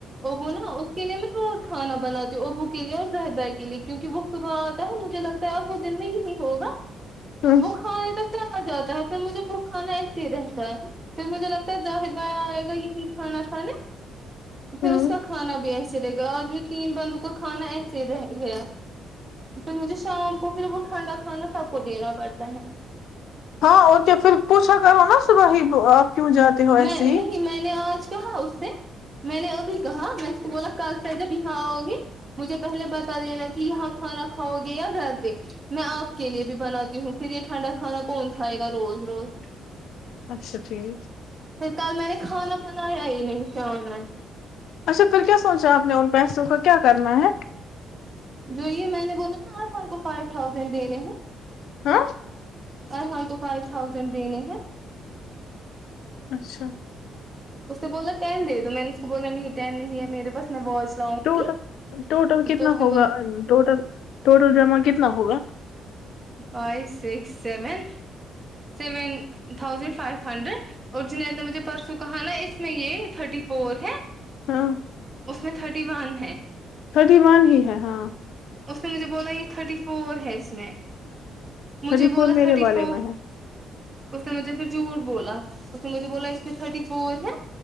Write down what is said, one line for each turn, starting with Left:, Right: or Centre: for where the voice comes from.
Right: وہ بولا <unintelligible> کھانا بناتی ہوں ابو کے لیے اور زاہد بھائی کے لیے کیونکی وہ صبح آتا ہے مجھے لگتا ہے اب وہ دن میں یہی ہوگا
Left: ہ
Right: وہ کھانے تک تو آ جاتا ہے پھر مجھے وہ کھانا ایسے ہی رہتا ہے پھر مجھے لگتا ہے زاہد بھائی آئے گا یہی کھانا کھالے پھر
Left: ہ
Right: اس کا کھانا بھی ایسا رہے گا آج میں تین بندو کا کانا ایسے رہ گیا پھر مجھے شام کو پھر وہ ٹھنڈا کھانا سب کو دینا پڑتا ہے
Left: ہاں اور کیا پھر پوچھا کرو نا صبح ہی آب کیوں جاتے ہو ایسے
Right: میں نہیں
Left: ہی
Right: میں نے آج کہا اس میں نے ا بھی کہا میں بولا کل سے جب یہاں آؤں گی مجھے پہلے بتا دینا کی یہاں کھانا کھاؤ گے یا گھر پے میں آپ کے لیے بھی بناتی ہوں پھر یے ٹھنڈا کھانا کون کھائے گا روز روز
Left: اچھا ٹھیک
Right: پھر کل میں نے کھانا بنایا ہی نہیں شام میں
Left: اچھا پھر کیا سوچا آپ نے ان پیسوں کا کیا کرنا ہے
Right: جو یے میں نے بولا نا آپ ارحان کو فائیو تھازینڈ دینے ہیں
Left: ہاں
Right: ارحان کو فائیو تھاؤزینڈ دینے ہیں
Left: اچھا
Right: اس نے بولا ٹین دے دو میں نے اس کو بولا نہیں ٹین نہیں ہے میرے بس میں واچ لاؤں
Left: ٹوٹل
Right: گی
Left: ٹوٹل کتنا
Right: تو اس نے
Left: ہوگا
Right: بولا
Left: ٹوٹل ٹوٹل جمع کتنا ہوگا
Right: five six seven seven thousand five hundred اور جنید نے مجھے پرسوں کہا نا اس میں یے تھرٹی فور ہے
Left: ہاں
Right: اس میں تھرٹی ون ہے
Left: تھرٹی ون ہی ہے ہاں
Right: اس نے مجھے بولا یے تھرٹی فور ہے اس میں مجھے
Left: تھرٹی
Right: بولا
Left: فور میرے
Right: تھرٹی
Left: والے
Right: فوف
Left: میں ہے
Right: اس نے مجھے پھر جھوٹ بولا اس نے مجھے بولا اس میں تھرٹی فور ہے